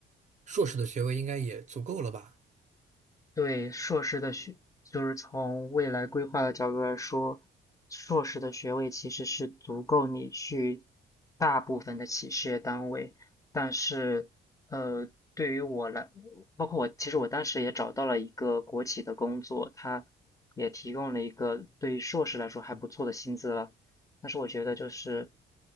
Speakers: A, on the right; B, on the left.
A: 硕士的学位应该也足够了吧？
B: 对硕士的学，就是从未来规划的角度来说，硕士的学位其实是足够你去大部分的企事业单位，但是，呃，对于我来，包括我，其实我当时也找到了一个国企的工作，它也提供了一个对于硕士来说还不错的薪资了。但是我觉得就是